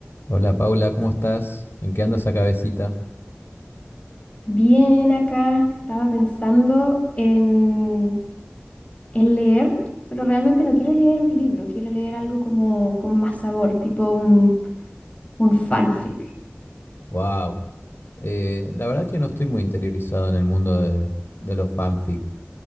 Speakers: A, on the left; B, on the left.
A: Hola Paula, ¿cómo estás? ¿En qué anda esa cabecita?
B: Bien, acá estaba pensando en, en leer, pero realmente no quiero leer un libro, quiero leer algo como con más sabor, tipo un, un fanfic.
A: Wow. la verdad que no estoy muy interiorizado en el mundo de, de los fanfic.